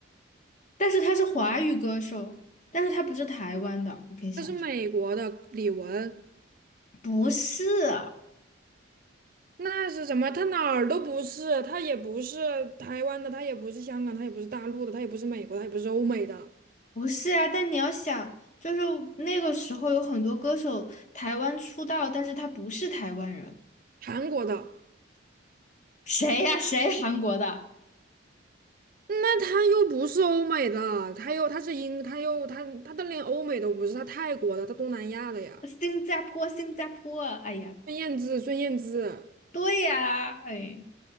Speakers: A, on the left; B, on the right.
A: 但是他是华语歌手，但是他不是台湾的，你可以想一下，
B: 他是美国的李玟？
A: 不是啊，
B: 那是什么？他哪儿都不是，他也不是台湾的，他也不是香港，他也不是大陆的，他也不是美国，他也不是欧美的，
A: 不是啊。但你要想，就是那个时候有很多歌手台湾出道，但是他不是台湾人，
B: 韩国的。
A: 谁呀、谁 <laughs> 韩国的？
B: 那他又不是欧美的，他又他是英，他又他他的连欧美都不是，他泰国的，他东南亚的呀。
A: 新加坡，新加坡，哎呀，
B: 孙燕姿，孙燕姿，
A: 对呀、哎，